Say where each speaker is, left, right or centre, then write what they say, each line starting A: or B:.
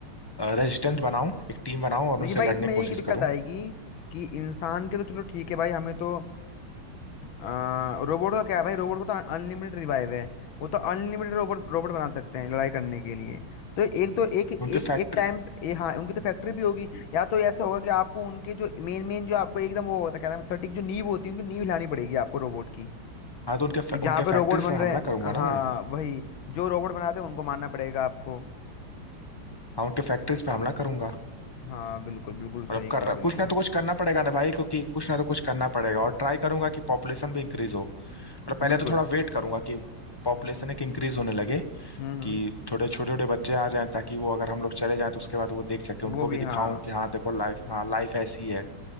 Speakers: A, on the left; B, on the left.
A: रेजिस्टेंस बनाऊं एक टीम बनाऊं और
B: लेकिन
A: उनसे
B: भाई
A: लड़ने
B: इसमें
A: की
B: एक
A: कोशिश
B: दिक्कत
A: करूं
B: आएगी कि इंसान के तो चलो ठीक है भाई हमें तो आ, रोबोट का क्या है भाई रोबोट को तो अनलिमिटेड रिवाइव है वो तो अनलिमिटेड रोबोट रोबोट बना सकते हैं लड़ाई करने के लिए तो एक तो एक एक
A: उनके फैक्ट्री
B: एक टाइम ये हाँ उनकी तो फैक्ट्री भी होगी या तो ऐसा होगा कि आपको उनके जो मेन मेन जो आपको एकदम वो होता है क्या नाम है, सटीक जो नींव होती है उनकी नींव हिलानी पड़ेगी आपको रोबोट की
A: हाँ तो उनके
B: कि जहाँ
A: उनके
B: पे रोबोट
A: फैक्ट्री
B: बन
A: पे
B: रहे
A: हमला
B: हैं
A: करूंगा ना
B: हाँ
A: भाई
B: वही जो रोबोट बनाते हैं उनको मानना पड़ेगा आपको
A: हाँ उनके फैक्ट्रीज पे हमला करूंगा
B: हाँ बिल्कुल बिल्कुल सही
A: मतलब
B: कहा
A: कर कुछ
B: बिल्कुल
A: ना तो कुछ करना पड़ेगा ना भाई क्योंकि कुछ ना तो कुछ करना पड़ेगा और ट्राई करूंगा कि पॉपुलेशन भी इंक्रीज हो मतलब पहले
B: बिल्कुल
A: तो थोड़ा वेट करूंगा कि पॉपुलेशन एक इंक्रीज होने लगे
B: हम्म हम्म
A: कि थोड़े छोटे छोटे बच्चे आ जाएं ताकि वो अगर हम लोग चले जाएं तो उसके बाद वो देख सके
B: वो
A: उनको
B: भी
A: भी दिखाऊं
B: हाँ
A: कि हाँ देखो लाइफ हाँ लाइफ ऐसी है